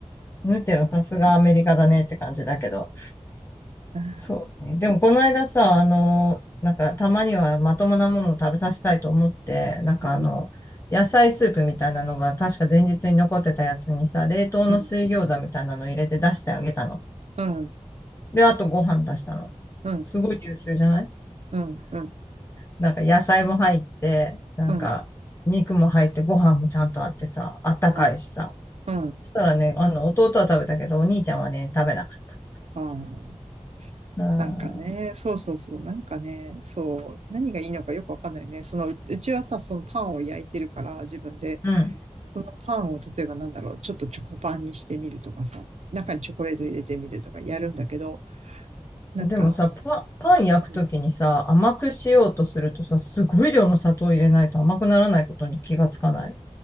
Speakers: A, on the left; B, on the right.
A: ヌテラさすがアメリカだねって感じだけど。
B: うん、
A: そうね。でもこの間さ、あの、なんかたまにはまともなものを食べさせたいと思って、なんかあの、
B: うん、
A: 野菜スープみたいなのが確か前日に残ってたやつにさ、冷凍の水餃子みたいなの入れて出してあげたの。
B: うん、うん、
A: で、あとご飯出したの。
B: うん、
A: すごい優秀じゃない
B: うん、うん、
A: なんか野菜も入って、なんか肉も入ってご飯もちゃんとあってさ、
B: う
A: あったかいしさ。
B: ん、うん
A: そしたらね、あの、弟は食べたけど、お兄ちゃんはね、食べなかっ
B: あー
A: た。あー
B: なんかね、そうそうそう、なんかね、そう、何がいいのかよくわかんないね。その、ううちはさ、そのパンを焼いてるから、自分で。
A: うん、
B: そのパンを例えばなんだろう、ちょっとチョコパンにしてみるとかさ、中にチョコレート入れてみるとかやるんだけど、なんか、
A: うん。でもさ、パ、パン焼くときにさ、
B: うん
A: 甘くしようとするとさ、すごい量の砂糖入れないと甘くならないことに気がつかない。